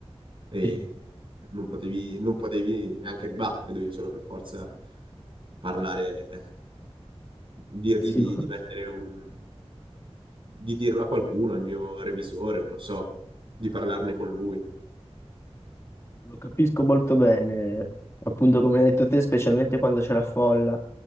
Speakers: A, on the right (about 50°); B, on the left (about 25°).
A: e
B: Sì.
A: non potevi, non potevi neanche ribattere, dovevi solo per forza parlare, eh, dirgli
B: Eh sì,
A: di,
B: lo,
A: di mettere un, di dirlo a qualcuno, al mio revisore, non lo so, di parlarne con lui.
B: Lo capisco molto bene, appunto come hai detto te, specialmente quando c'è la folla,